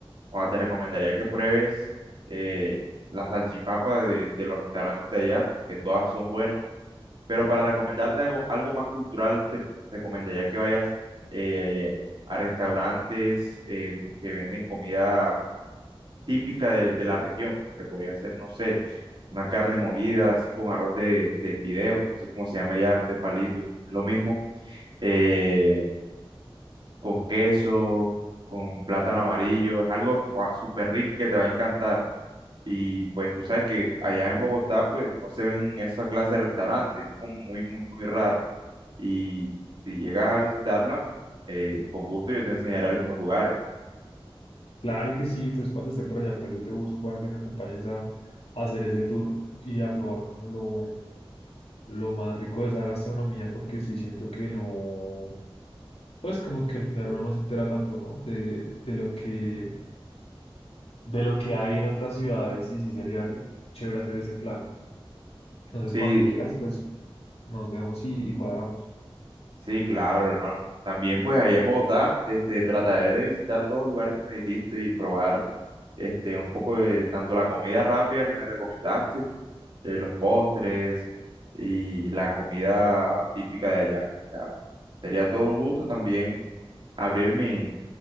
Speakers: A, on the right; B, on the left.
A: joda, te recomendaría que pruebes eh, la salchipapa de, de los restaurantes de allá, que todas son buenas. Pero para recomendarte algo, algo más cultural, te recomendaría que vayas eh, a restaurantes eh, que venden comida típica de, de la región, que podría ser, no sé, una carne molida, así con arroz de, de fideos, no sé cómo se llama ya, arroz de palito, lo mismo, eh, con queso, con plátano amarillo, es algo ah, súper rico que te va a encantar. Y pues tú sabes que allá en Bogotá, pues no se ven esa clase de restaurantes, como muy, muy, muy raro y si llegas a visitarla, eh, con gusto yo te enseñaré algunos lugares.
B: Claro que sí, entonces cuando esté por allá, pues yo te busco para que me acompañes a, a hacer ese tour y a probar como lo, lo más rico de esa gastronomía, porque sí siento que no pues como que al final uno no se entera tanto, ¿no? De, de lo que, de lo que hay en otras ciudades y sí sería re- chévere hacer ese plan. Entonces,
A: Sí,
B: cuando quieras, pues nos vemos y, y cuadramos.
A: sí, claro, hermano. También pues allá en Bogotá, este, trataré de visitar todos los lugares que me dijiste y probar este, un poco de tanto la comida rápida que me recomendaste, eh, los postres y la comida típica de allá. O sea, sería todo un gusto también abrir mi,